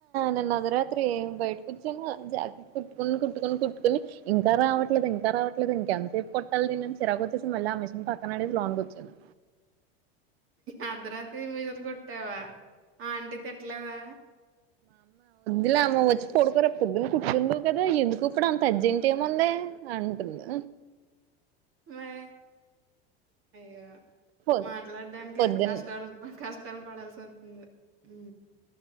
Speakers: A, on the right; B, on the right.
A: నేను అదరాత్రి బయటకు వచ్చాను జాకెట్ కుట్టుకొని కుట్టుకొని కుట్టుకుని ఇంకా రావట్లేదు ఇంకా రావట్లేదు ఇంకెంతసేపు కొట్టాలి దీని అని చిరాకు వచ్చేసి మళ్ళీ ఆ మిషన్ పక్కన అడేసి లోన్కి వచ్చాను
B: అర్థరాత్రి మిషన్ కుట్టవ ఆ ఆంటీ తిట్లేదా
A: ఇలా అమ్మ వచ్చి పడుకోర పొద్దున్న కుట్టుకుందువు కదా ఎందుకు ఇప్పుడు అంత అర్జెంట్ ఏముంది అంటుంది
B: మై అయ్యో
A: పొద్
B: మాట్లాడడానికి
A: పొద్దున్న
B: ఎంత కష్టాలు బ కస్ స్తల్ పడాల్సివత్తుంది ఊ